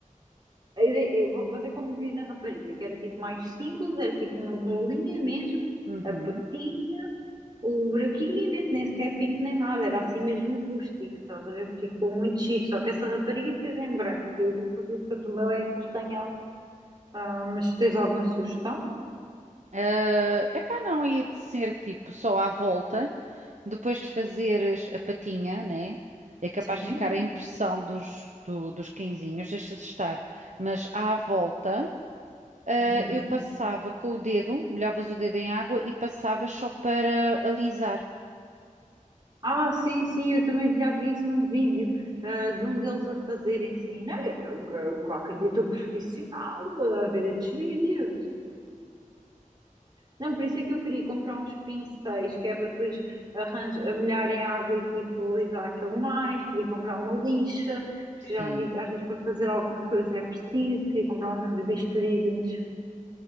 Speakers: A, on the right; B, on the right.
A: a ideia- Eu vou fazer como vi na rapariga, que era tipo mais simples, era tipo uma bolinha mesmo,
B: Uhum.
A: a patinha, o buraquinho e meto, nem sequer pinto nem nada, era assim mesmo rústico, estás a ver? Ficou muito giro, só que essa rapariga fez em branco e eu vou fazer, pronto, o meu é castanhado. Ah, mas tens alguma sugestão?
B: Ah, epá, não, ia de ser tipo só à volta Depois de fazeres a patinha, né? É capaz
A: Sim.
B: de ficar a impressão dos, do- dos quinzinhos, deixa-se estar. Mas à volta, ah,
A: Uhum.
B: eu passava com o dedo, molhavas o dedo em água e passavas só para alisar.
A: Ah, sim, sim, eu também já vi isso num vídeo, ah, de um deles a fazerem sim né? Eu, eu acredito o profissional ah, a ver estes vídeos. Não, por isso é que eu queria comprar uns pincéis, que é para depois arranjar, molhar em água e tipo alisar aquilo mais. Queria comprar uma lixa,
B: Sim,
A: que já vi, às vezes para fazer algumas coisas é preciso. Queria comprar uns bisturizinhos,